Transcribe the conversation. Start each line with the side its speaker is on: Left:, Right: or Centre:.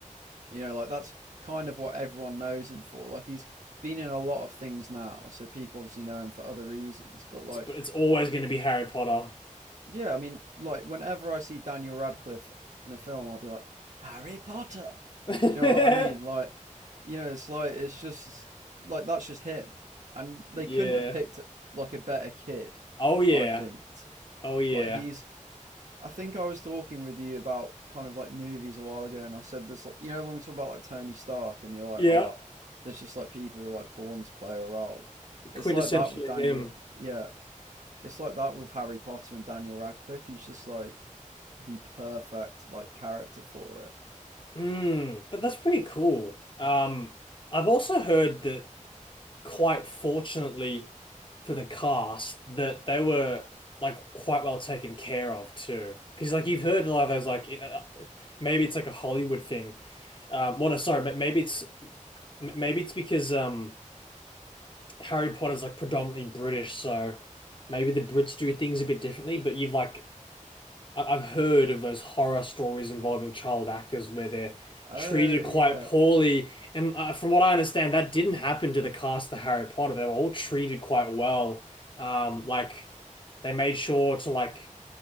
Right: You know, like that's kind of what everyone knows him for. Like he's been in a lot of things now, so people obviously know him for other reasons, but like
Left: It's, but it's always gonna be Harry Potter.
Right: yeah, I mean like whenever I see Daniel Radcliffe in a film, I'll be like Harry Potter.
Left: <laughs>
Right: Do you know what I mean? Like you know, it's like it's just like that's just him. And they
Left: Yeah.
Right: couldn't have picked like a better kid,
Left: Oh yeah.
Right: I think.
Left: Oh yeah.
Right: Like he's I think I was talking with you about kind of like movies a while ago, and I said this, like, you know, when we talk about like Tony Stark, and you're like,
Left: Yeah,
Right: oh, there's just like people who are like born to play a role. It's
Left: quintessentially
Right: like that with Daniel.
Left: him.
Right: Yeah, it's like that with Harry Potter and Daniel Radcliffe. He's just like the perfect like character for it.
Left: Mm, but that's pretty cool. Um, I've also heard that quite fortunately for the cast that they were like quite well taken care of too. Because like you've heard a lot of those like you know, uh, maybe it's like a Hollywood thing. Um, well, no, sorry, ma- maybe it's m- maybe it's because um Harry Potter's like predominantly British, so maybe the Brits do things a bit differently. But you've like I- I've heard of those horror stories involving child actors where they're
Right: Oh
Left: treated quite
Right: yeah,
Left: poorly. And uh, from what I understand, that didn't happen to the cast of Harry Potter. They were all treated quite well. Um, like they made sure to like